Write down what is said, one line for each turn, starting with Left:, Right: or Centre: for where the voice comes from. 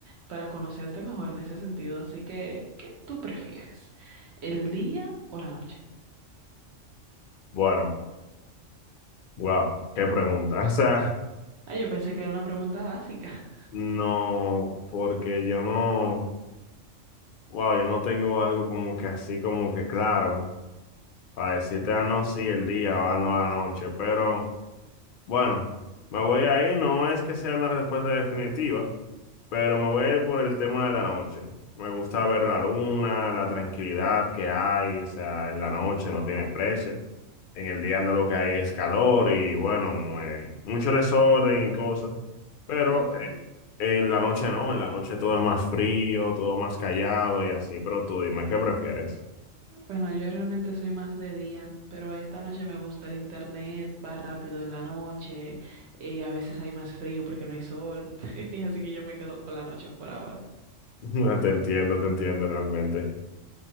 Right: para conocerte mejor en ese sentido. Así que, ¿qué tú prefieres? ¿El día o la noche?
Left: Bueno, wow, qué pregunta. <laughs> O sea.
Right: Ah, yo pensé que era una pregunta básica.
Left: No, porque yo no, wow, yo no tengo algo como que así como que claro, para decirte, ah, no, sí, el día, ah, no, la noche, pero bueno, me voy a ir, no es que sea una respuesta definitiva, pero me voy a ir por el tema de la noche. Me gusta ver la luna, la tranquilidad que hay, o sea, en la noche no tiene precio, en el día no lo que hay es calor y bueno, mue- mucho desorden y cosas. Pero
Right: Ok.
Left: en la noche no, en la noche todo es más frío, todo más callado y así, pero tú dime, ¿qué prefieres?
Right: Bueno, yo realmente soy más de día, pero esta noche me gusta el internet, va rápido en la noche, eh, a veces hay más frío porque no hay sol, <laughs> y así que yo me quedo con la noche por ahora.
Left: <laughs> Te entiendo, te entiendo realmente.